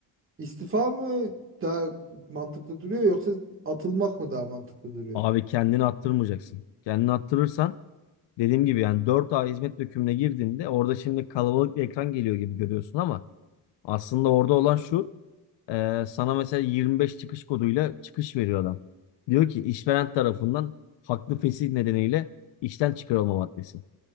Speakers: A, on the right; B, on the left.
A: istifa mı daha mantıklı duruyor yoksa atılmak mı daha mantıklı duruyor?
B: Abi kendini attırmayacaksın. Kendini attırırsan dediğim gibi yani dört a hizmet dökümüne girdiğinde orada şimdi kalabalık bir ekran geliyor gibi görüyorsun ama aslında orada olan şu Ee, sana mesela 25 çıkış koduyla çıkış veriyor adam. Diyor ki işveren tarafından haklı fesih nedeniyle işten çıkarılma maddesi.